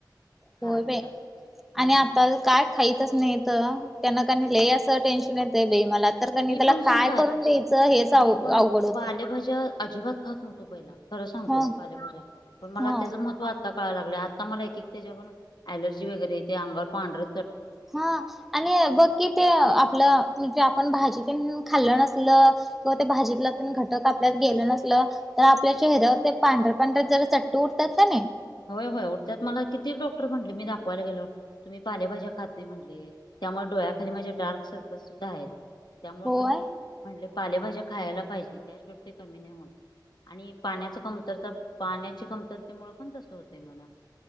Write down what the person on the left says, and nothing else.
खाण्यासाठी.
हम्म
हम्म
मी
पण सांगू
मी
पण
पालेभाज्या अजिबात खात नव्हतो पहिला खरं सांगतो
पालेभाज्या. पण मला
त्याचं महत्त्व आता कळाय लागलं आता मला एक त्याच्या प ऍलर्जी वगैरे येते अंगावर पांढर
येत नाही
होय होय उठतात मला किती डॉक्टर म्हटले मी दाखवायला गेल्यावर. तुम्ही पालेभाज्या खात नाही म्हटले त्यामुळे डोळ्याखाली माझ्या डार्क सर्कल सुद्धा आहेत. त्यामुळे
का नाही म्हणटले पालेभाज्या खायला पाहिजे त्याशिवाय ते कमी नाही होत. आणि पाण्याच कमतरता पाण्याची कमतरतेमुळे पण तसं होतंय मला.